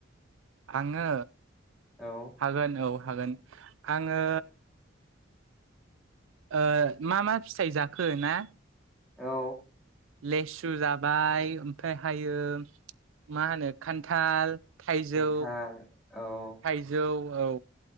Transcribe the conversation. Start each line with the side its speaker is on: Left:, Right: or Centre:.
Right: आङो
Centre: औ
Right: हागोन औ हागोन आङो ओ मा मा फिथाइ जाखो ना
Centre: औ
Right: लेसु जाबाय ओमफ्राय हायो मा होनो खान्थाल थाइजौ
Centre: खान्थाल औ
Right: थाइजौ औ